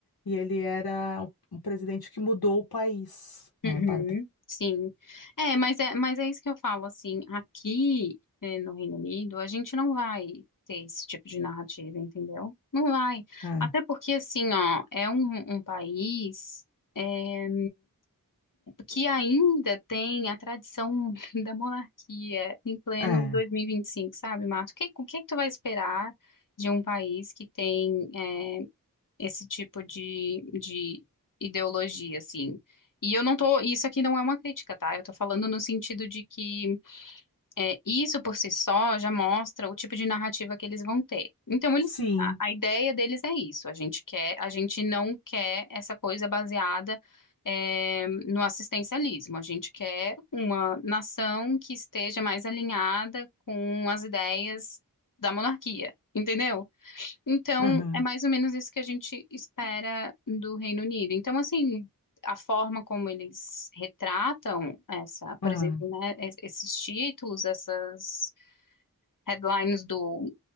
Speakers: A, on the left (about 85°); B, on the left (about 60°).
A: E ele era o, o presidente que mudou o país, né,
B: uhum,
A: Bárbara?
B: sim. É, mas é, mas é isso que eu falo, assim, aqui é, no Reino Unido a gente não vai ter esse tipo de narrativa, entendeu? Não vai.
A: É,
B: Até porque, assim, ó, é um, um país é, que ainda tem a tradição <laughs> da monarquia em pleno
A: é.
B: 2025, sabe, Marcos? O que, o que que tu vai esperar de um país que tem é, esse tipo de, de ideologia, assim? E eu não tô, isso aqui não é uma crítica, tá? Eu tô falando no sentido de que é, isso por si só já mostra o tipo de narrativa que eles vão ter. Então, eles,
A: Sim.
B: a, a ideia deles é isso. A gente quer, a gente não quer essa coisa baseada, é, no assistencialismo. A gente quer uma nação que esteja mais alinhada com as ideias da monarquia. Entendeu? Então,
A: Aham,
B: é mais ou menos isso que a gente espera do Reino Unido. Então, assim, a forma como eles retratam essa, por
A: aham,
B: exemplo, né, es- esses títulos, essas headlines do,